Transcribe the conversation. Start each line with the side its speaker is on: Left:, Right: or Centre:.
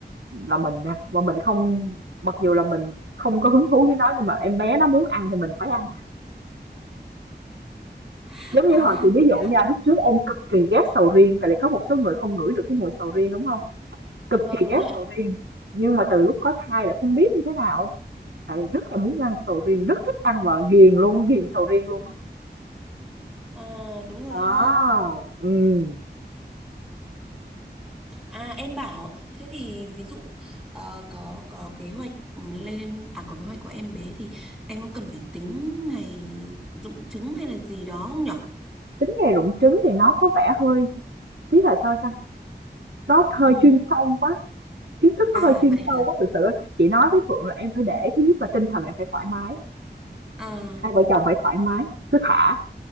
Right: là mình nha, và mình không mặc dù là mình không có hứng thú với nó nhưng mà em bé nó muốn ăn thì mình phải ăn.
Centre: <laughs>
Right: Giống như
Centre: À
Right: hồi chị ví
Centre: rồi
Right: dụ
Centre: hả?
Right: nha, lúc trước em cực kỳ ghét sầu riêng, tại vì có một số người không ngửi được cái mùi sầu riêng, đúng không Cực
Centre: Vâng
Right: kỳ
Centre: đúng
Right: ghét
Centre: rồi.
Right: sầu
Centre: ạ.
Right: riêng, nhưng mà từ lúc có thai là không biết như thế nào á, lại rất là muốn ăn sầu riêng, rất thích ăn và ghiền luôn ghiền sầu riêng luôn á.
Centre: À đúng rồi
Right: Đó,
Centre: ha.
Right: ừm.
Centre: À em bảo thế thì ví dụ ờ, có có kế hoạch lên à có kế hoạch của em bé thì em có cần phải tính ngày dụng trứng hay là gì đó không nhở?
Right: Tính nghề rụng trứng thì nó có vẻ hơi tí là sao ta, nó hơi
Centre: Ừ.
Right: chuyên sâu quá, kiến thức
Centre: À
Right: nó hơi chuyên
Centre: vậy
Right: sâu
Centre: hả?
Right: quá thực sự. Chị nói với Phượng là em phải để thứ nhất là tinh thần em phải thoải mái,
Centre: À
Right: hai vợ chồng phải thoải mái, cứ thả